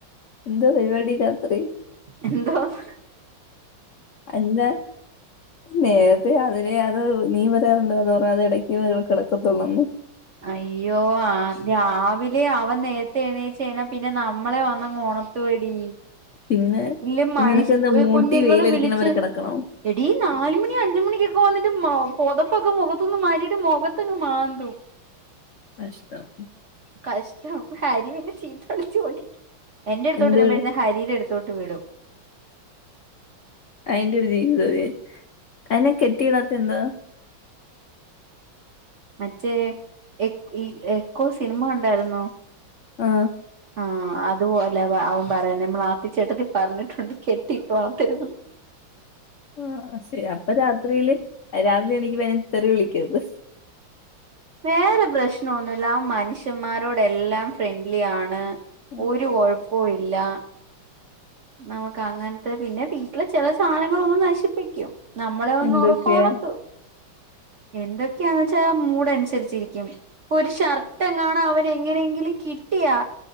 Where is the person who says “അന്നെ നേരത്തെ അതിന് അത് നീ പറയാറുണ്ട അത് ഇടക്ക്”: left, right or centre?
Left